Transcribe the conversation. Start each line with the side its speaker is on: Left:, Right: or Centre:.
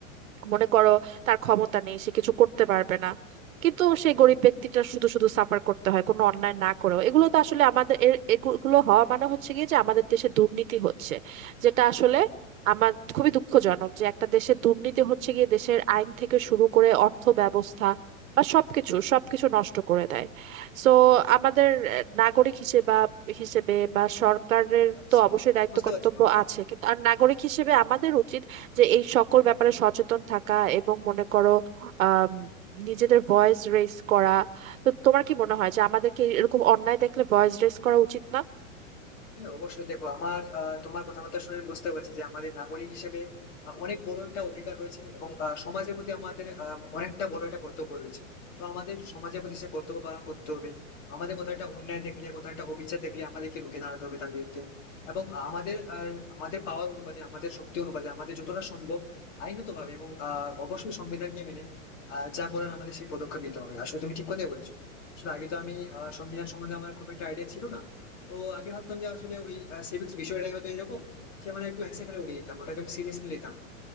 Right: মনে করো তার ক্ষমতা নেই সে কিছু করতে পারবে না কিন্তু সেই গরিব ব্যক্তিটা শুধু শুধু সাফার করতে হয় কোনো অন্যায় না করেও এগুলো তো আসলে আমাদের এর- এগুলো হওয়া মানে হচ্ছে কি যে আমাদের দেশে দুর্নীতি হচ্ছে যেটা আসলে আমার খুবই দুঃখজনক যে একটা দেশের দুর্নীতি হচ্ছে গিয়ে দেশের আইন থেকে শুরু করে অর্থ ব্যবস্থা বা সবকিছু সবকিছু নষ্ট করে দেয় সো আমাদের আহ, নাগরিক হিসেবে হিসেবে বা সরকারের
Left: আচ্ছা
Right: তো অবশ্যই দায়িত্ব
Left: বুঝতে
Right: কর্তব্য
Left: পারছি বন্ধু
Right: আছে কিন্তু আর নাগরিক হিসেবে আমাদের উচিত যে এই সকল ব্যাপারে সচেতন থাকা এবং মনে করো আম, নিজেদের ভয়েস রেজ করা তো তোমার কি মনে হয় যে আমাদেরকে এরকম অন্যায় দেখলে ভয়েস রেজ করা উচিত না
Left: হ্যাঁ, অবশ্যই দেখো আমার আহ, তোমার কথাবার্তা শুনে আমি বুঝতে পারছি যে আমাদের নাগরিক হিসেবে আহ, অনেক বড় একটা অধিকার রয়েছে এবং আহ, সমাজের প্রতি আমাদের আহ, অনেকটা বড় একটা কর্তব্য রয়েছে তো আমাদের সমাজের প্রতি সে কর্তব্য পালন করতে হবে আমাদের কোথাও একটা অন্যায় দেখলে কোথাও একটা অবিচার দেখলে আমাদেরকে রুখে দাঁড়াতে হবে তার বিরুদ্ধে এবং আমাদের আহ, আমাদের পাওয়ার অনুপাতে আমাদের শক্তি অনুপাতে আমাদের যতটা সম্ভব আইনত ভাবে এবং আহ, অবশ্যই সংবিধানকে মেনে আহ, যা করার আমাদের সেই পদক্ষেপ নিতে হবে আসলে তুমি ঠিক কথাই বলেছো আসলে আগে তো আমি আহ, সংবিধান সম্বন্ধে আমার খুব একটা আইডিয়া ছিল না তো আগে ভাবতাম যে আসলে ওই সিভিক্স বিষয়টাই হয়তো এরকম যে মানে একটু হেসে খেলে উড়িয়ে দিতাম ওটাকে আমি সিরিয়াসলি নিতাম না।